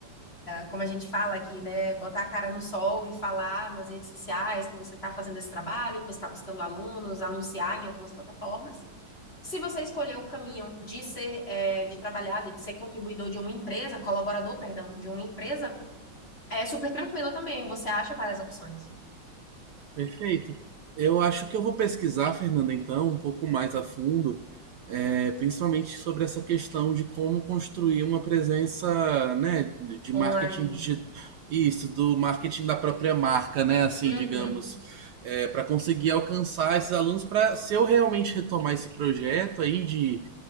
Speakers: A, on the left (about 30°); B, on the right (about 70°).
A: como a gente fala aqui, né? Botar a cara no sol e falar nas redes sociais que você está fazendo esse trabalho, que você está buscando alunos, anunciar em algumas plataformas. Se você escolher o caminho de ser, é, de trabalhar, de ser contribuidor de uma empresa, colaborador, perdão, de uma empresa, é super tranquilo também. Você acha várias opções
B: Perfeito. Eu acho que eu vou pesquisar, Fernanda, então, um pouco mais a fundo, é, principalmente sobre essa questão de como construir uma presença, né, de de
A: online.
B: marketing digital, isso, do marketing da própria marca, né, assim,
A: Uhum,
B: digamos, para conseguir alcançar esses alunos, para se eu realmente retomar esse projeto aí de,